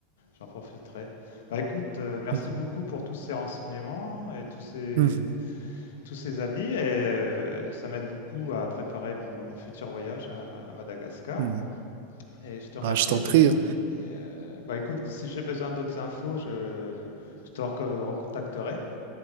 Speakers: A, on the left; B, on the right.
A: j'en profiterai. Bah, écoute, euh, merci
B: Mhm.
A: beaucoup pour tous ces renseignements et tous ces
B: Mhm.
A: tous ces avis et euh, ça m'aide beaucoup à préparer mon, mon futur voyage à, à Madagascar.
B: Mhm.
A: Et je te remercie.
B: Ah, je t'en
A: bah-
B: prie. hein.
A: et, euh, bah, écoute, si j'ai besoin d'autres infos, je, je te reco- recontacterai.